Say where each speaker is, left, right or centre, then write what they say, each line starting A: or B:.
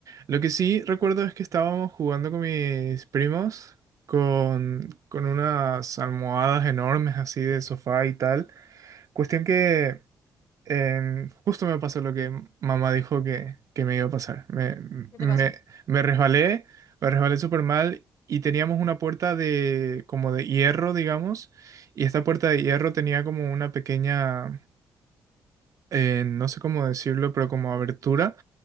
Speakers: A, on the right; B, on the left.
A: lo que sí recuerdo es que estábamos jugando con mis primos con, con unas almohadas enormes así de sofá y tal. Cuestión que em, justo me pasó lo que mamá dijo que, que me iba a pasar. Me,
B: ¿Qué
A: me,
B: te pasó?
A: me resbalé, me resbalé súper mal y teníamos una puerta de como de hierro, digamos, y esta puerta de hierro tenía como una pequeña, eh, no sé cómo decirlo, pero como abertura.